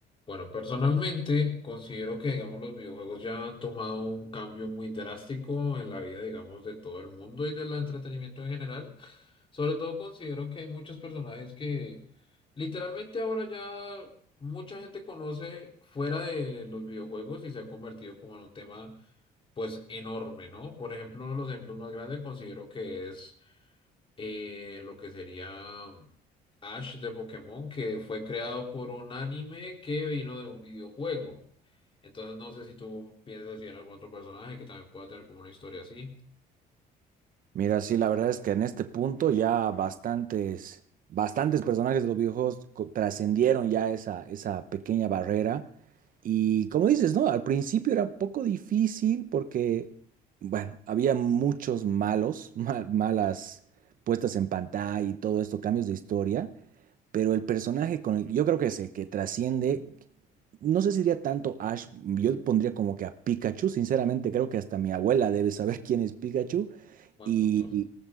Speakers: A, on the left; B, on the right.
A: Bueno, personalmente considero que, digamos, los videojuegos ya han tomado un cambio muy drástico en la vida, digamos, de todo el mundo y del entretenimiento en general. Sobre todo considero que hay muchos personajes que literalmente ahora ya mucha gente conoce fuera de los videojuegos y se ha convertido como en un tema, pues, enorme, ¿no? Por ejemplo, uno de los ejemplos más grandes considero que es eh, lo que sería Ash de Pokémon, que fue creado por un anime que vino de un videojuego. Entonces no sé si tú piensas si en algún otro personaje que también pueda tener como una historia así.
B: Mira, sí, la verdad es que en este punto ya bastantes, bastantes personajes de los videojuegos co- trascendieron ya esa, esa pequeña barrera. Y como dices, ¿no? Al principio era un poco difícil porque, bueno, había muchos malos, <laughs> ma- malas puestas en pantalla y todo esto, cambios de historia pero el personaje con el que yo creo que es el que trasciende, no sé si diría tanto Ash, yo pondría como que a Pikachu, sinceramente creo que hasta mi abuela debe saber <laughs> quién es Pikachu
A: Buen
B: y,
A: punto.
B: y-